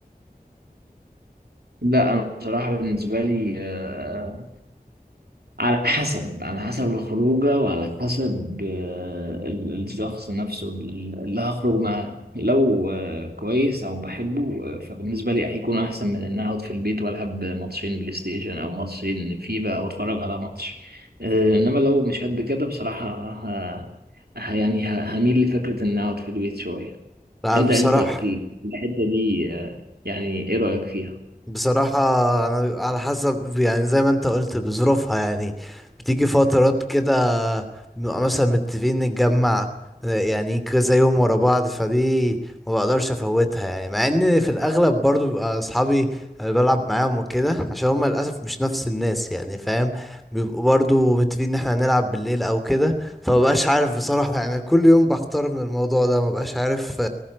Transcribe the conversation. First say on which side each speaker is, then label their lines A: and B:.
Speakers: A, on the right; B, in the centre.
A: لا انا بصراحة بالنسبة لي آه، على حسب على حسب الخروجة وعلى حسب آه، ال- الشخص نفسه ال- اللي هخرج معاه لو آه، كويس أو بحبه آه، فبالنسبة لي هيكون أحسن من إن أقعد في البيت وألعب ماتشين بلاي ستيشن أو ماتشين فيفا أو أتفرج على ماتش آه، إنما لو مش قد كده بصراحة ه... ه... يعني ه... هميل لفكرة إن أقعد في البيت شوية
B: لا
A: أنت
B: بصراحه
A: أنت في ال- في الحتة دي آه، يعني إيه رأيك فيها؟
B: بصراحة أنا على حسب يعني زي ما أنت قلت بظروفها يعني بتيجي فترات كده بنبقى مثلا متفقين نتجمع يعني كذا يوم ورا بعض فدي ما بقدرش أفوتها يعني مع إن في الأغلب برضو بيبقى أصحابي اللي بلعب معاهم وكده عشان هما للأسف مش نفس الناس يعني فاهم بيبقوا برضو متفقين إن إحنا هنلعب بالليل أو كده فمبقاش عارف بصراحة يعني كل يوم بحتار من الموضوع ده مبقاش عارف